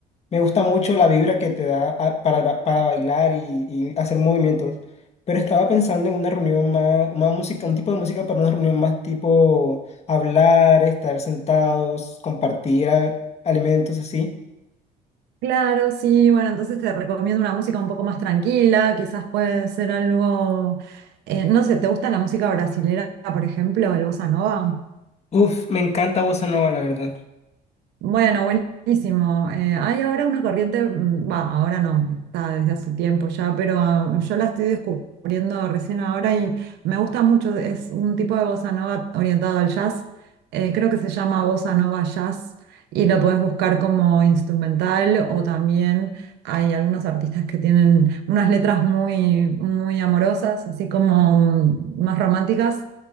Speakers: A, on the left; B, on the right.
A: Me gusta mucho la vibra que te da a- para, ba- para bailar y, y hacer movimientos. Pero estaba pensando en una reunión más, una música, un tipo de música para una reunión más tipo hablar, estar sentados, compartir a- alimentos así.
B: Claro, sí, bueno, entonces te recomiendo una música un poco más tranquila, quizás puede ser algo, eh, no sé, ¿te gusta la música brasilera, por ejemplo, el bossa nova?
A: Uf, me encanta bossa nova, la verdad.
B: Bueno, buenísimo. Eh, hay ahora una corriente, mm, va, ahora no, está desde hace tiempo ya, pero ah, yo la estoy descubriendo recién ahora y me gusta mucho. Es un tipo de bossa nova orientado al jazz. eh, creo que se llama bossa nova jazz y lo podés buscar como instrumental o también hay algunos artistas que tienen unas letras muy, muy amorosas, así como mm, más románticas